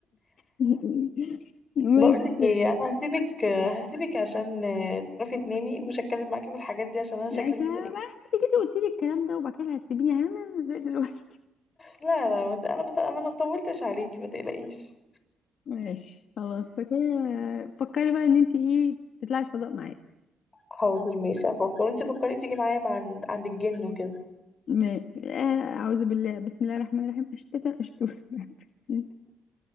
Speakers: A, on the left; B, on the left.
A: <laughs> بس
B: بقول لك ايه انا هسيبك هسيبك عشان تعرفي تنامي مش هتكلم معاكي في الحاجات دي عشان انا شكلي
A: لا انت
B: كده
A: بقى
B: ايه
A: انت جيتي قلتي لي الكلام ده وبعد كده هتسيبيني هنعمل ازاي دلوقتي
B: لا لا ما ت- انا ما ت- انا ما طولتش عليكي ما تقلقيش
A: ماشي خلاص فكري فكري بقى ان انت ايه تطلعي الفضاء معايا
B: حاضر ماشي هفكر انت فكري تيجي معايا مع عند عند الجن وكده
A: ماشي آه، اعوذ بالله بسم الله الرحمن الرحيم اشتتا اشتوف <laughs>